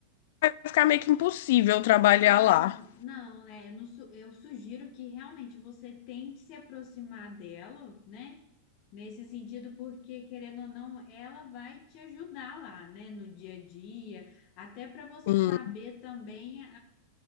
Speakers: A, on the left; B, on the left.
A: vai ficar meio que impossível trabalhar
B: Ah,
A: lá.
B: não, né? no su- eu sugiro que realmente você tente se aproximar dela, né? Nesse sentido, porque querendo ou não, ela vai te ajudar lá, né? No dia a dia, até para você
A: Sim,
B: saber também